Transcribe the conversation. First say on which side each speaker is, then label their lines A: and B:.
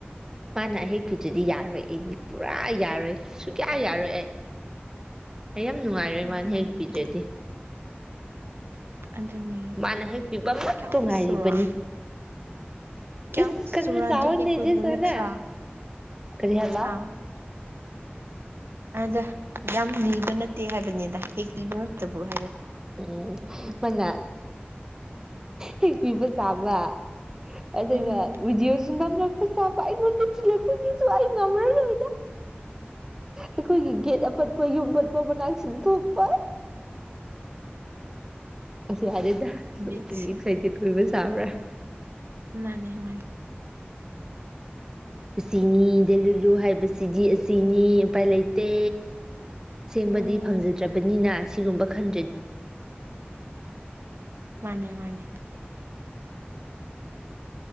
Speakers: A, on the right; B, on the right.
A: ꯃꯥꯅ ꯑꯍꯦꯛ ꯐꯤꯗꯨꯗꯤ ꯌꯥꯔꯣꯏꯅꯤ ꯄꯨꯔꯥ ꯌꯥꯔꯣꯏ ꯁꯨꯡꯌꯥ ꯌꯥꯔꯣꯏ ꯑꯩ ꯑꯩ ꯌꯥꯝ ꯅꯨꯡꯉꯥꯏꯔꯣꯏ
B: ꯑꯗꯨꯅꯦ
A: ꯃꯅ ꯍꯦꯛ
B: ꯑꯗꯨꯅꯦ
A: ꯄꯤꯗ꯭ꯔꯗꯤ
B: ꯑꯗꯨꯅꯦ
A: ꯃꯥꯅ ꯍꯦꯛꯄꯤꯕ ꯑꯃ
B: ꯀꯌꯥꯃꯨꯛ
A: ꯇꯅꯨꯡꯉꯥꯏꯔꯤꯕꯅꯤ
B: ꯆꯨꯔꯥ ꯀꯌꯥꯃꯨꯛ
A: ꯏꯁ ꯀꯩꯅꯣ
B: ꯆꯨꯔꯥ
A: ꯆꯥꯋꯅꯦꯅ
B: ꯑꯗꯨ ꯍꯦꯛꯄꯕꯨ ꯅꯠꯇ꯭ꯔꯥ
A: ꯀꯔꯤ ꯍꯥꯏꯕ
B: ꯑꯥꯎ ꯑꯗ ꯌꯥꯝ ꯅꯤꯕ ꯅꯠꯇꯦ ꯍꯥꯏꯕꯅꯤꯗ ꯍꯦꯛ ꯄꯤꯕ ꯉꯝꯇꯕ ꯑꯣꯏ
A: ꯎꯝ ꯃꯅ ꯍꯦꯛ ꯄꯤꯕ ꯆꯕ ꯑꯗꯨꯒ
B: ꯎꯝ
A: <unintelligible> ꯅꯝꯂꯛꯄ ꯆꯥꯄ ꯑꯩꯉꯣꯟꯗꯤꯜꯂꯛꯄꯁꯨ ꯑꯩ ꯉꯝꯔꯔꯣꯏꯗ ꯑꯩꯈꯣꯏꯒꯤ ꯒꯦꯠ ꯑꯄꯠꯄ ꯌꯨꯝ ꯑꯄꯠꯄ ꯃꯅꯥꯛꯁꯤꯗ ꯊꯣꯛꯄ ꯑꯁꯤꯁ ꯑꯗ
B: ꯕꯤꯠꯁꯦ
A: ꯑꯦꯛꯁꯥꯏꯇꯦꯠ ꯑꯣꯏꯕꯁ ꯇꯕ꯭ꯔꯥ
B: ꯃꯥꯅꯦ ꯃꯥꯅꯦ
A: ꯁꯤꯅꯤꯗ ꯂꯨꯂꯨ ꯍꯥꯏꯕ ꯁꯤꯗꯤ ꯑꯁꯤꯅꯤ ꯎꯄꯥꯏ ꯂꯩꯇꯦ ꯑꯁꯦꯡꯕꯗꯤ
B: ꯎꯝ
A: ꯐꯪꯖꯗ꯭ꯔꯕꯅꯤꯅ ꯁꯤꯒꯨꯝꯕ ꯈꯟꯗ꯭ꯔꯦ
B: ꯃꯥꯅꯦ ꯃꯥꯅꯦ